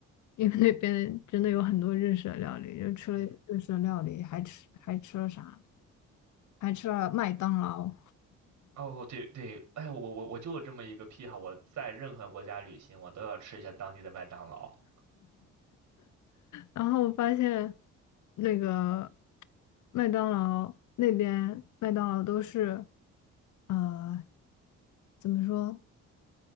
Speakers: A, on the left; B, on the right.
A: 因为那边真的有很多日式的料理，就吃了日式的料理，
B: 哎，
A: 还吃还吃了啥？还吃了麦当劳。
B: 哦，对对，哎，我我我就有这么一个癖好，我在任何国家旅行，我都要吃一下当地的麦当劳。
A: 然后我发现那个麦当劳那边麦当劳都是，呃，怎么说？